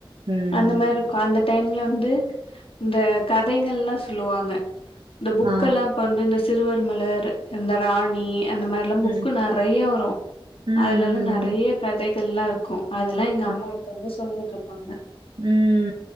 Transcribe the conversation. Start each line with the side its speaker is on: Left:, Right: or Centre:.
Right: ம்
Left: அந்த மாரி இருக்கு அந்த டைம்ல வந்து இந்த கதைகங்கெல்லா சொல்லுவாங்க இந்த புக்கெல்லா
Right: ஆ
Left: இப்ப வந்து இந்த சிறுவர் மலர் இந்த ராணி அந்த மாதிரில்லா புக்கு
Right: ம்
Left: நெறயா வரு
Right: ம்
Left: அதுலல்லா நெறயா கதைகள்ல்லா இருக்கு அதெல்லா எங்க
Right: ம்
Left: அம்மா உக்காந்து சொல்லிகிட்டு இருப்பாங்க
Right: ம்